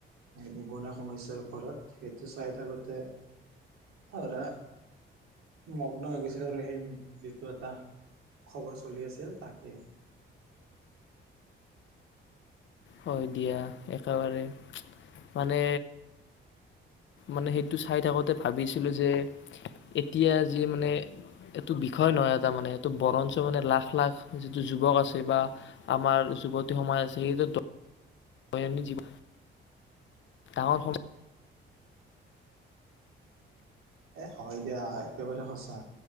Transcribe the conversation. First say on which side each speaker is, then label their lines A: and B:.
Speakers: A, on the right; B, on the left.
A: নিবনুৱা সমস্যাৰ ওপৰত সেইটো চাই থাকোতে ধৰা মগ্ন হৈ গৈছিল আৰু সেই যিটো এটা খবৰ চলি আছিল তাকেই
B: হয় দিয়া একেবাৰে মানে মানে সেইটো চাই থাকোতে ভাবিছিলো যে এতিয়া যি মানে এইটো বিষয় নহয় এটা মানে এইটো বৰঞ্চ মানে লাখ লাখ যিটো যুৱক আছে বা আমাৰ যুৱতী সমাজ আছে সেইটো বয় নি জিভ ডাঙৰ সময়চ
A: এ হয় দিয়া একেবাৰে সঁচা